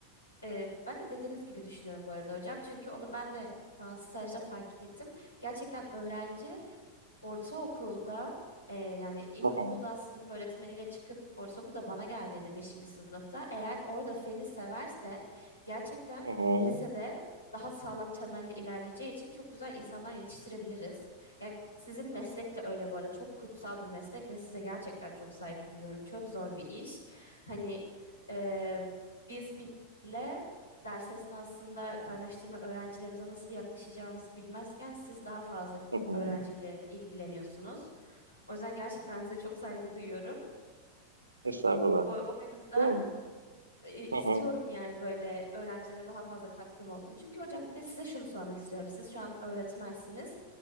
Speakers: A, on the left; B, on the right.
A: Ee, ben de dediğiniz gibi düşünüyorum bu arada hocam. Çünkü onu ben de şu an stajda fark ettim. Gerçekten öğrenci ortaokulda e, yani ilkokuldan
B: hı hı,
A: sınıf öğretmeniyle çıkıp ortaokulda bana geldiğinde beşinci sınıfta eğer orada feni severse gerçekten
B: hı hı,
A: lisede daha sağlam temelli ilerleyeceği için çok güzel insanlar yetiştirebiliriz. Yani sizin meslek de öyle bu arada çok kutsal bir meslek ve size gerçekten çok saygı duyuyorum. Çok zor bir iş. Hani e, biz bile ders esnasında kaynaştırma öğrencilerimize nasıl yaklaşacağımızı bilmezken siz daha fazla
B: hı hı,
A: öğrenciyle ilgileniyorsunuz. O yüzden gerçekten size çok saygı duyuyorum.
B: estağfurullah.
A: O, o yüzden
B: Hı
A: e, istiyorum
B: hı,
A: yani böyle öğrencilere daha fazla katkım olsun. Çünkü hocam bir de size şunu sormak istiyorum. Siz şu an öğretmensiniz.